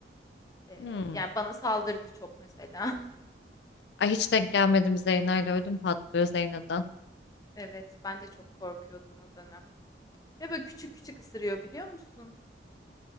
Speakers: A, on the left; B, on the left.
A: E,
B: Hmm.
A: yani bana saldırdı çok mesela. <laughs>
B: Ay hiç denk gelmedim Zeyna'yla ödüm patlıyor Zeyna'dan.
A: Evet, ben de çok korkuyordum o dönem. Ve böyle küçük küçük ısırıyor biliyor musun?